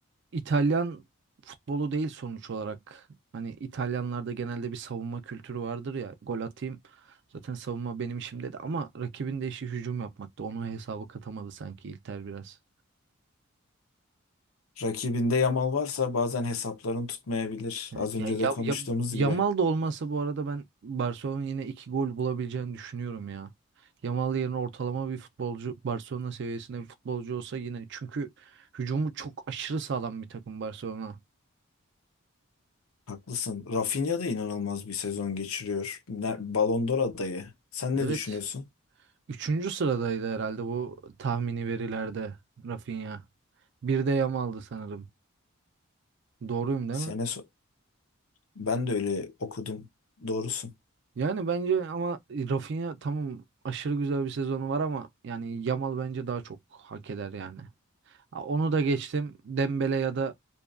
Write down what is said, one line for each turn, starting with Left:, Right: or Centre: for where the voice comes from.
Right: İtalyan futbolu değil sonuç olarak. Hani İtalyanlarda genelde bir savunma kültürü vardır ya. Gol atayım. Zaten savunma benim işim dedi ama rakibin de işi hücum yapmakta. Onu hesabı katamadı sanki Inter biraz.
Left: Rakibinde Yamal varsa bazen hesapların tutmayabilir.
Right: Evet
Left: Az önce
Right: ya, ya,
Left: de konuştuğumuz
Right: ya Yamal
Left: gibi.
Right: da olmasa bu arada ben Barcelona'nın yine iki gol bulabileceğini düşünüyorum ya. Yamal yerine ortalama bir futbolcu Barcelona seviyesinde bir futbolcu olsa yine çünkü hücumu çok aşırı sağlam bir takım Barcelona.
Left: Haklısın. Rafinha da inanılmaz bir sezon geçiriyor. Ne- Ballon d'Or adayı. Sen
Right: Evet.
Left: ne düşünüyorsun?
Right: Üçüncü sıradaydı herhalde bu tahmini verilerde Rafinha. Bir de Yamal'dı sanırım. Doğruyum değil mi?
Left: Sene so- ben de öyle okudum. Doğrusun.
Right: Yani bence ama Rafinha tamam aşırı güzel bir sezonu var ama yani Yamal bence daha çok hak eder yani. Ha, Onu da geçtim. Dembele ya da